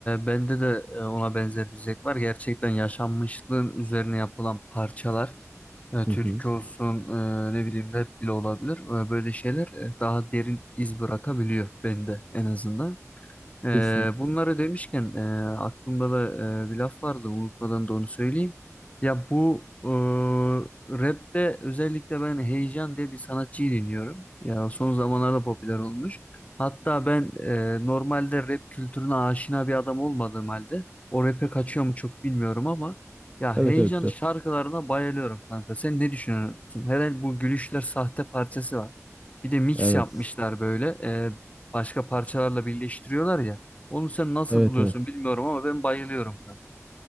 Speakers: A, on the left (about 25°); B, in the centre.
A: bende de e, ona benzer bir zevk var. Gerçekten yaşanmışlığın üzerine yapılan parçalar. E, türkü
B: yani. Hı hı.
A: olsun e, ne bileyim rap bile olabilir. E, böyle şeyler e, daha derin iz bırakabiliyor bende en azından. Ee,
B: Kesinlikle.
A: bunları demişken e, aklımda da e, bir laf vardı unutmadan da onu söyleyeyim. Ya bu e, rapte özellikle ben Heyecan diye bir sanatçıyı dinliyorum. Ya son zamanlarda popüler olmuş. Hatta ben e, normalde rap kültürüne aşina bir adam olmadığım halde o rap'e kaçıyor mu çok bilmiyorum ama ya
B: Evet
A: Heyecan'ın
B: evet rap.
A: şarkılarına bayılıyorum kanka. Sen ne düşünüyorsun? Herhalde bu Gülüşler Sahte parçası var. Bir de mix
B: Evet.
A: yapmışlar böyle başka parçalarla birleştiriyorlar ya. Onu sen nasıl
B: Evet
A: buluyorsun
B: evet.
A: bilmiyorum ama ben bayılıyorum kanka.